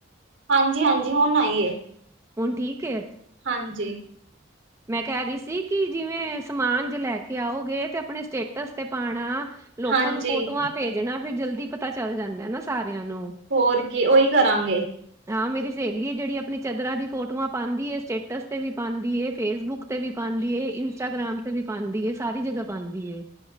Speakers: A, on the right; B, on the right.
A: ਹਾਂਜੀ-ਹਾਂਜੀ, ਹੁਣ ਆਈਏ।
B: ਹੁਣ ਠੀਕ ਐ।
A: ਹਾਂਜੀ।
B: ਮੈਂ ਕੈ ਰੀ ਸੀ, ਕੀ ਜਿਵੇਂ ਸਮਾਨ ਜੇ ਲੈ ਕੇ ਆਓਗੇ। ਤੇ ਆਪਣੇ ਸਟੇਟਸ ਤੇ ਪਾਣਾ। ਲੋਕਾਂ
A: ਹਾਂਜੀ
B: ਨੂੰ ਫੋਟੋਆਂ ਭੇਜਣਾ, ਫੇਰ ਜਲਦੀ ਪਤਾ ਚੱਲ ਜਾਂਦਾ ਨਾ ਸਾਰਿਆਂ ਨੂੰ।
A: ਹੋਰ ਕੀ, ਓਈ ਕਰਾਂਗੇ।
B: ਹਾਂ ਮੇਰੀ ਸੇਲੀ ਏ, ਜੇੜੀ ਆਪਣੀ ਚਾਦਰਾਂ ਦੀ ਫੋਟੋਆਂ ਪਾਂਦੀ ਏ। ਸਟੇਟਸ ਤੇ ਵੀ ਪਾਂਦੀ ਏ। ਫੇਸਬੁੱਕ ਤੇ ਵੀ ਪਾਂਦੀ ਏ, ਇੰਸਟਾਗ੍ਰਾਮ ਤੇ ਵੀ ਪਾਂਦੀ ਏ, ਸਾਰੀ ਜਗਾ ਪਾਂਦੀ ਏ।